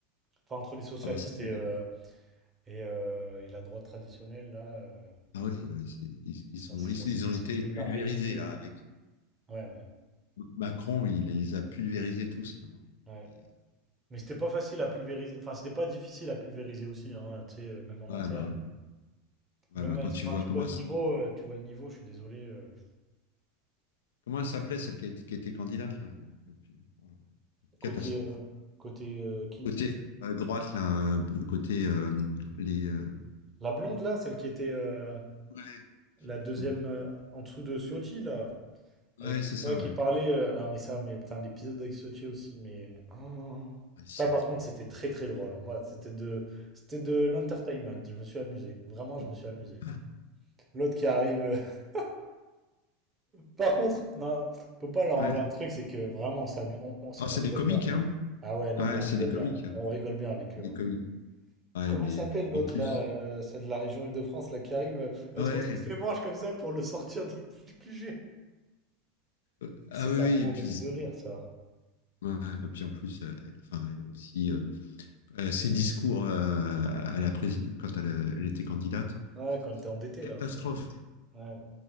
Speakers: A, on the right (about 25°); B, on the left (about 80°).
A: Enfin, entre les socialistes
B: Ah bah ça se
A: et,
B: fait.
A: euh, et, euh, et la droite traditionnelle, là, euh,
B: Ah oui, ouais, c'est- ils,
A: c'est
B: ils sont,
A: c'est-
B: ils,
A: c'est-
B: ils ont
A: c'est
B: été
A: devenu
B: pulvérisés
A: d'un ridicule.
B: là avec
A: Ouais, ouais,
B: Macron, il les a pulvérisés tous là. hein.
A: ouais.
B: Et, euh,
A: Mais c'était pas facile à pulvériser. Enfin, c'était pas difficile à pulvériser aussi, hein, tu sais, euh, même en
B: ouais,
A: interne.
B: bah, ouais. Ouais,
A: Même,
B: bah,
A: enfin,
B: quand tu vois
A: tu
B: comment
A: vois le
B: elle,
A: niveau,
B: s-
A: euh, tu vois le niveau, je suis désolé. euh,
B: comment elle s'appelait celle qui, est- qui était candidate là, je m'en rappelle plus. Oh là,
A: Côté,
B: Catastrophe.
A: euh, côté euh, qui?
B: Côté euh, droite là, un peu côté euh, les. euh,
A: La blonde là, celle qui était euh,
B: Ouais, je
A: la
B: sais plus
A: deuxième
B: son nom.
A: euh, en dessous de Ciotti là, avec
B: Ouais, c'est ça,
A: ouais, qui
B: ouais.
A: parlait. euh, Non mais ça, mais putain, l'épisode avec Ciotti aussi, mais Oh.
B: Ouais, si,
A: ça par
B: on dit-
A: contre
B: oh
A: c'était très très drôle. hein. Moi, c'était de, c'était de l'entertainment. Je me suis amusé, vraiment,
B: là
A: je me suis amusé.
B: là.
A: L'autre qui arrive. euh, <laughs> Par contre, non, on peut pas leur
B: Ouais.
A: enlever un truc, c'est que vraiment on s'amuse, on, on- s-
B: Ah,
A: on
B: c'est
A: rigole
B: des comiques,
A: bien quand
B: hein?
A: même. Ah ouais, non
B: Ouais,
A: mais on
B: c'est
A: rigole
B: des comiques.
A: bien,
B: hein.
A: on rigole bien avec eux.
B: Des
A: hein.
B: comiques.
A: Ah,
B: Ouais,
A: Comment
B: mais
A: il s'appelle l'autre
B: en plus.
A: là, euh, celle de la région Île-de-France là qui arrive, euh, elle
B: ah Ouais.
A: se retrousse les manches comme ça pour le sortir de- <laughs> du QG.
B: euh, Ah
A: C'était
B: oui,
A: à
B: oui,
A: mourir
B: et puis.
A: de rire ça.
B: ouais, et puis en plus, euh, elle, enfin, elle a aussi, euh, euh, ses discours euh, à la présidente quand elle, euh, elle était candidate,
A: Ouais,
B: c'était
A: quand t'es
B: c'était
A: endetté
B: une catastrophe.
A: là. Ouais.